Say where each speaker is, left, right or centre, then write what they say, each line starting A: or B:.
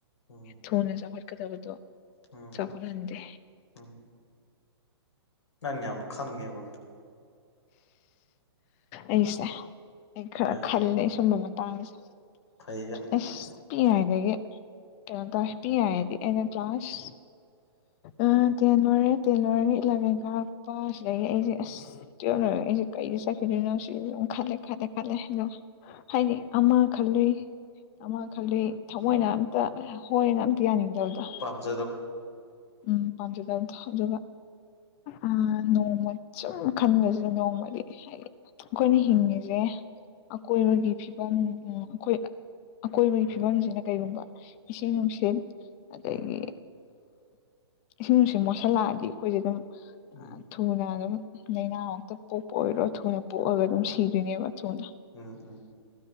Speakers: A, on the left; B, on the left.
A: ꯎꯝ
B: ꯊꯨꯅ ꯆꯥꯎꯈꯠꯀꯗꯕꯗꯣ
A: ꯎꯝ
B: ꯆꯥꯎꯈꯠꯍꯟꯗꯦ
A: ꯎꯝ ꯅꯪ ꯌꯥꯝ ꯈꯪꯉꯦꯕꯣ
B: ꯑꯩꯁꯦ ꯑꯩ ꯈꯔ
A: ꯍꯣꯏ
B: ꯈꯜꯂꯦ ꯁꯨꯝꯕ ꯃꯇꯥꯡꯁꯦ
A: ꯐꯩꯌꯦ
B: ꯑꯁ ꯄꯤ ꯌꯥꯥꯏꯗꯒꯤ ꯀꯩꯅꯣ ꯇꯧꯋꯦ ꯄꯤꯛꯏꯉꯩ ꯍꯥꯏꯗꯤ ꯑꯩꯅ ꯀ꯭ꯂꯥꯁ ꯑ ꯇꯦꯟ ꯂꯣꯏꯔꯦ ꯇꯦꯟ ꯂꯣꯏꯔꯒ ꯏꯂꯚꯦꯟ ꯀꯥꯔꯛꯄ ꯁꯤꯗꯒꯤ ꯑꯩꯁꯦ ꯑꯁ ꯇꯨꯌꯦꯜ꯭ꯕ ꯂꯣꯏꯔꯥ ꯑꯩꯁꯦ ꯀꯩꯗ ꯆꯠ ꯀꯅꯣ ꯁꯤ ꯑꯗꯨ ꯈꯜꯂꯦ ꯈꯜꯂꯦ ꯈꯜꯂꯦ ꯑꯗꯣ ꯍꯥꯏꯗꯤ ꯑꯃ ꯈꯜꯂꯨꯏ ꯑꯃ ꯈꯜꯂꯤ ꯊꯃꯣꯏꯅ ꯑꯝꯇ ꯍꯣꯏꯅ ꯑꯝꯇ ꯌꯥꯅꯤꯡꯗꯕꯗꯣ
A: ꯄꯥꯝꯖꯗꯕ
B: ꯎꯝ ꯄꯥꯃꯖꯗꯕꯗꯣ ꯑꯗꯨꯒꯥ ꯑ ꯅꯣꯡꯃ ꯁꯨꯝ ꯈꯟꯕꯕꯁꯤꯗꯤ ꯅꯣꯡꯃꯗꯤ ꯍꯥꯏꯗꯤ ꯑꯩꯈꯣꯏꯅ ꯍꯤꯡꯉꯤꯁꯦ ꯑꯀꯣꯏꯕꯒꯤ ꯐꯤꯕꯝ ꯑꯩꯈꯣꯏ ꯑꯀꯣꯏꯕꯒꯤ ꯐꯤꯕꯝꯁꯤꯅ ꯀꯔꯤꯒꯨꯝꯕ ꯏꯁꯤꯡ ꯅꯨꯡꯁꯤꯠ ꯑꯗꯒꯤ
A: ꯎꯝ
B: ꯏꯁꯤꯡ ꯅꯨꯡꯁꯤ ꯃꯣꯠꯁꯤꯜꯂꯛꯑꯗꯤ ꯑꯩꯈꯣꯏꯁꯦ ꯑꯗꯨꯝ
A: ꯎꯝ
B: ꯊꯨꯅ ꯑꯗꯨꯝ ꯂꯩꯅꯥ ꯃꯛꯇ ꯄꯣꯛꯄ ꯑꯣꯏꯔꯣ ꯊꯨꯅ ꯄꯣꯛꯑꯒ ꯑꯗꯨꯝ ꯁꯤꯗꯣꯏꯅꯦꯕ ꯊꯨꯅ
A: ꯎꯝ ꯎꯝ